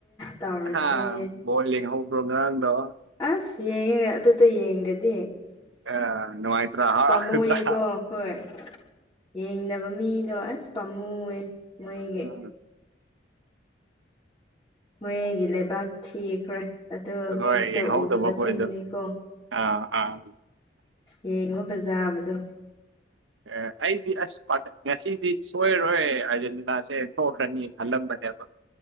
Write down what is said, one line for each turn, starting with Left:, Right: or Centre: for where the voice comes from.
Left: ꯇꯧꯔꯤꯁꯦ
Right: ꯍꯥ ꯕꯣꯜ ꯌꯦꯡꯍꯧꯕ꯭ꯔꯣ ꯉꯔꯥꯡꯗꯣ
Left: ꯑꯁ ꯌꯦꯡꯉꯦꯅ ꯑꯗꯨꯗ ꯌꯦꯡꯗꯗꯤ
Right: ꯑꯥ ꯅꯨꯡꯥꯏꯇ꯭ꯔꯥ ꯍꯔꯥꯎꯇ꯭ꯔꯥ
Left: ꯄꯥꯝꯃꯨꯌꯦꯀꯣ ꯍꯣꯏ ꯌꯦꯡꯗꯕ ꯃꯤꯗꯣ ꯑꯁ ꯄꯥꯝꯃꯨꯋꯦ ꯃꯣꯏꯒꯤ
Right: <inaudible>
Left: ꯃꯣꯏꯒꯤ ꯂꯩꯕꯥꯛ ꯊꯤꯈ꯭ꯔꯦ ꯑꯗꯣ ꯃꯦꯠꯁꯇ
Right: ꯍꯣꯏ ꯌꯦꯡꯍꯧꯗꯕ
Left: ꯎꯗꯕꯁꯤꯡꯗꯤ
Right: ꯈꯣꯏꯗꯣ
Left: ꯀꯣ
Right: ꯑꯥ ꯑꯥ
Left: ꯌꯦꯡꯉꯣ ꯐꯖꯕꯗꯣ
Right: ꯑꯦ ꯑꯩꯗꯤ ꯑꯁ ꯉꯁꯤꯗꯤ ꯁꯣꯏꯔꯔꯣꯏ ꯑꯥꯔꯖꯦꯟꯇꯤꯅꯥꯁꯦ ꯊꫭꯛꯈ꯭ꯔꯅꯤ ꯈꯜꯂꯝꯕꯅꯦꯕ